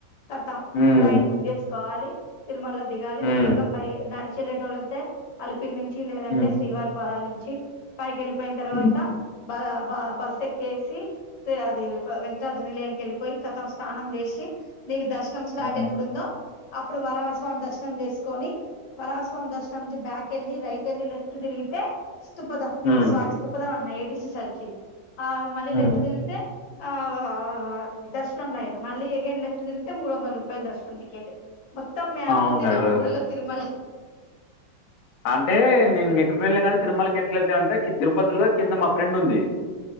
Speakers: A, on the left (about 65°); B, on the left (about 80°).
A: కతం
B: హ్మ్
A: ట్రైన్ బుక్ చేసుకోవాలి తిరుమలో దిగాలి
B: హ్మ్
A: నేరుగా పై నడి నడిచెల్లేటోలైతే అలిపిరి నుంచి లేదంటే
B: హ్మ్
A: శ్రీవారి పాదాల నుంచి పైకి వెళ్ళిపోయిన తర్వాత
B: హ్మ్
A: బ బ బస్సు ఎక్కేసి సి అది వెంకటాద్రి నిలయం కెళ్ళిపోయి కతం స్నానం చేసి నీకు దర్శనం స్లాట్
B: ఆ!
A: ఎప్పుడుందో అప్పుడు వరాహస్వామి దర్శనం చేసుకొని వరాహస్వామి దర్శనం నుంచి బ్యాక్ ఎళ్ళి రైట్ ఎళ్ళి లెఫ్ట్ తిగిరితే స్థూపథం
B: హ్మ్
A: సారీ స్థూపథం అన్నా ఏటిసి సర్కిల్ ఆ మళ్ళీ
B: హ్మ్
A: లెఫ్ట్ తిరిగితే ఆ ఆ ఆ దర్శనం లైన్ మళ్ళీ అగైన్ లెఫ్ట్ తిగితే మూడు వందల రూపాయల దర్శనం టికెట్ మొత్తం మ్యాప్
B: అవును
A: ఉంది
B: కదా
A: నా బూరలో తిరుమల
B: అంటే నేను ఎక్కుపో వెళ్ళ గానీ తిరుమలకి ఎట్లా వెళ్తామ అంటే తిరుపతిలో కింద మా ఫ్రెండ్ ఉంది